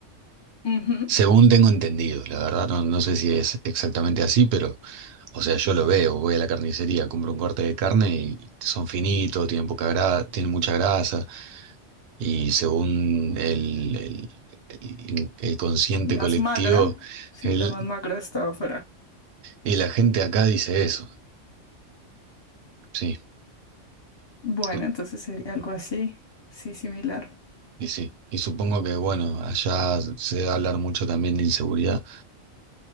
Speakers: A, on the left; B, on the right.
A: Ujú.
B: Según tengo entendido, la verdad no, no sé si es exactamente así, pero, o sea, yo lo veo, voy a la carnicería, compro un corte de carne y son finitos, tienen poca grasa, tienen mucha grasa, y según el, el- el- el consciente
A: Más
B: colectivo,
A: magra. Sí,
B: el-
A: la más magra estaba afuera.
B: y la gente acá dice eso, sí,
A: Bueno,
B: tú-
A: entonces sería algo así. Sí, similar.
B: y sí, y supongo que, bueno, allá se debe hablar mucho también de inseguridad,